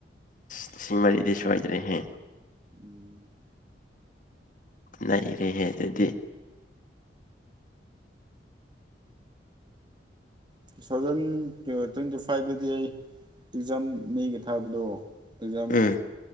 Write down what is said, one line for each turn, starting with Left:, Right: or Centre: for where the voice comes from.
Left: ꯂꯤꯁꯤꯡ ꯃꯔꯤꯗꯤ ꯁꯋꯥꯗꯔꯦ ꯍꯦ
Right: ꯎꯝ
Left: ꯅ ꯔꯦ ꯍꯦ ꯑꯗꯨꯗꯤ
Right: ꯇꯨ ꯊꯥꯎꯖꯟ ꯇ꯭ꯋꯦꯟꯇꯤ ꯐꯥꯏꯚꯇꯗꯤ ꯑꯩ ꯑꯦꯛꯖꯥꯝ ꯃꯦꯒ ꯊꯥꯕꯗꯣ ꯌꯥꯝꯝ
Left: ꯎꯝ